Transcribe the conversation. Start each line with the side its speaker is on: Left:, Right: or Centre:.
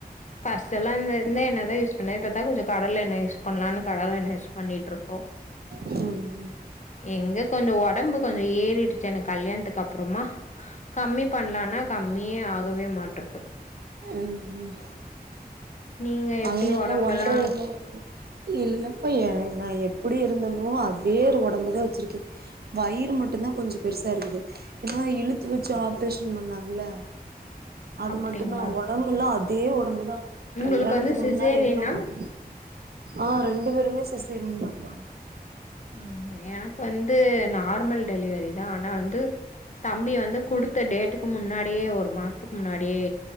Left: ஃபஸ்டெல்லா இந்த இந்த எண்ண தா யூஸ் பண்ணே இப்ப தங்குசப்பா கடல எண்ண யூஸ் பண்ணலான்னு கடல எண்ண யூஸ் பண்ணிட்டிருக்கோ
Right: உம்
Left: எங்க கொஞ்ச ஒடம்பு கொஞ்சோ ஏறிடுச்சு எனக் கல்யாணத்துக்கு அப்புறோமா கம்மி பண்ணலானா கம்மியே ஆகவே மாட்ருக்கு
Right: ம் ம்
Left: நீங்க எப்டி
Right: அதுல்லா
Left: ஒடம்பெல்லா
Right: ஒன்ற <unintelligible> இல்லம்மா ஏங் நா எப்புடி இருந்தனோ அதே ஒடம்புதா வச்சிருக்கே வயிறு மட்டுதா கொஞ்ச பெருசா இருக்குது ஏன்னா இழுத்து வச்சு ஆப்ரேஷன் பண்ணாங்கள அது
Left: அப்டிங்களா
Right: மட்டுதா ஒடம்புல்லா அதே ஒடம்புதா
Left: உங்களுக்கு
Right: கல்யாணத்துக்கு
Left: வந்து சிசேரியனா
Right: முன்னாடி என்ன ஒடம் ஆ ரெண்டு பேருமே சிசேரியன் தாப்பா
Left: ம் எனக்கு வந்து நார்மல் டெலிவரி தா ஆனா வந்து தம்பி வந்து குடுத்த டேட்டுக்கு முன்னாடியே ஒரு மாசத்துக்கு முன்னாடியே